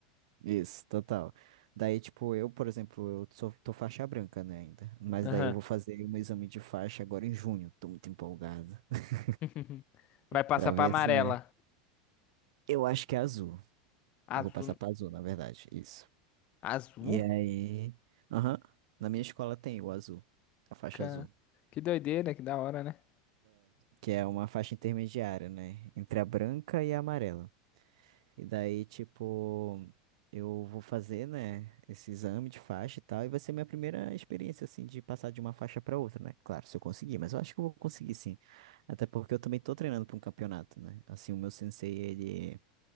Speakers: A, on the right; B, on the left.
A: Isso, total. Daí, tipo, eu, por exemplo, eu sou, tô faixa branca, né, ainda. Mas
B: Aham.
A: daí eu vou fazer um exame de faixa agora em junho. Tô muito empolgado. <laughs>
B: <laughs> Vai passar
A: Pra
B: pra
A: ver
B: amarela.
A: se, né? Eu acho que é azul.
B: Azul.
A: Eu vou passar pra azul, na verdade. Isso.
B: Azul?
A: E aí. Aham. Na minha escola tem o azul. A faixa
B: Ca-
A: azul.
B: Que doideira, que da hora, né?
A: Que é uma faixa intermediária, né? Entre a branca e a amarela. E daí, tipo, eu vou fazer, né, esse exame de faixa e tal, e vai ser minha primeira experiência, assim, de passar de uma faixa pra outra, né? Claro, se eu conseguir, mas eu acho que eu vou conseguir sim. Até porque eu também tô treinando pra um campeonato, né? Assim, o meu sensei, ele,